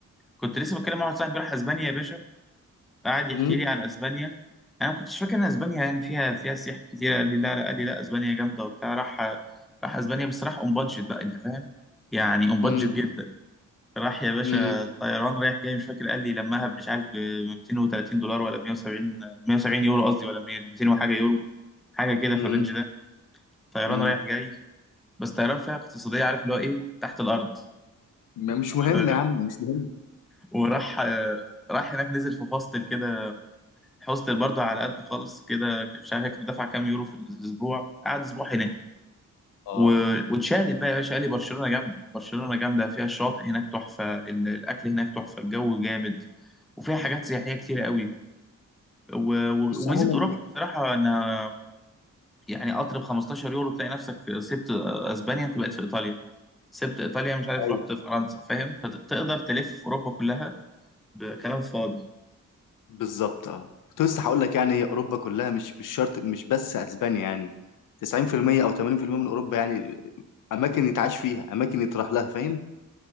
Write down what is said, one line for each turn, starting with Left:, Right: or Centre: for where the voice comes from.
Centre: كنت لسه بتكلم مع واحد صاحبي راح اسبانيا يا باشا قعد يحكي
Left: امم
Centre: لي عن اسبانيا انا ما كنتش فاكر ان اسبانيا يعني فيها فيها سياح كتير قال لي لا لا قال لي لا اسبانيا جامده وبتاع راح راح اسبانيا بس راح اون بادجت بقى انت فاهم يعني اون بادجت
Left: امم
Centre: جدا راح يا باشا
Left: امم
Centre: طيران رايح جاي مش فاكر قال لي لمها مش عارف ب 230 دولار ولا 170 170 يورو قصدي ولا 200 وحاجه يورو حاجه كده
Left: امم
Centre: في الرينج ده طيران
Left: امم
Centre: رايح جاي بس طيران فيها اقتصاديه عارف اللي هو ايه تحت الارض
Left: مش مهم
Centre: و...
Left: يا عم مش مهم
Centre: وراح راح هناك نزل في هوستل كده حوستل برضه على قده خالص كده مش عارف فاكر دفع كام يورو في الاسبوع قعد اسبوع هناك
Left: اه
Centre: و... واتشقلب بقى يا باشا قال لي برشلونه جامده برشلونه جامده فيها الشاطئ هناك تحفه ال- الاكل هناك تحفه الجو جامد وفيها حاجات سياحيه كتير قوي و... و...
Left: بص
Centre: وميزه
Left: عموما
Centre: اوروبا بصراحه انها يعني قطر ب 15 يورو تلاقي نفسك سبت اسبانيا انت بقيت في ايطاليا سبت ايطاليا مش عارف
Left: هي
Centre: رحت فرنسا فاهم فتقدر تلف في اوروبا كلها بكلام فاضي
Left: بالظبط اه كنت لسه هقول لك يعني هي اوروبا كلها مش مش شرط مش بس اسبانيا يعني 90% او 80% من اوروبا يعني اماكن يتعاش فيها اماكن يتراح لها فاهم